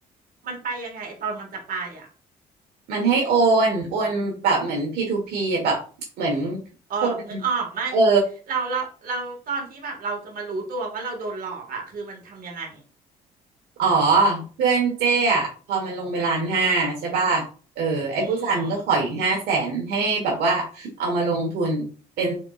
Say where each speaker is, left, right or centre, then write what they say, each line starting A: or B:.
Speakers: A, on the right; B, on the right.
A: มันไปยังไงไอตอนมันจะไปอ่ะ
B: มันให้โอนโอนแบบเหมือน P2P อะแบบเหมือน
A: อ๋อนึกออกไหม
B: คนเออ
A: เราเราเราตอนที่แบบเราจะมารู้ตัวว่าเราโดนหลอกอ่ะคือมันทำยังไง
B: อ๋อเพื่อนเจ้อะพอมันลงไปล้านห้าใช่ป่ะเออไอ้ผู้ชายมันก็ขออีกห้าแสนให้แบบว่าเอามาลงทุนเป็น
A: อืม